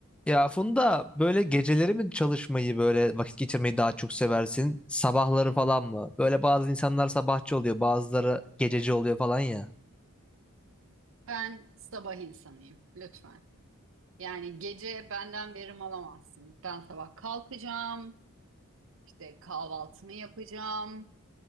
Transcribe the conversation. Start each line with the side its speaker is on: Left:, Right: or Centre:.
Centre: Ya Funda böyle geceleri mi çalışmayı böyle vakit geçirmeyi daha çok seversin? Sabahları falan mı? Böyle bazı insanlar sabahçı oluyor, bazıları gececi oluyor falan ya.
Right: Ben sabah insanıyım lütfen. Yani gece benden verim alamazsın. Ben sabah kalkacağım, işte kahvaltımı yapacağım,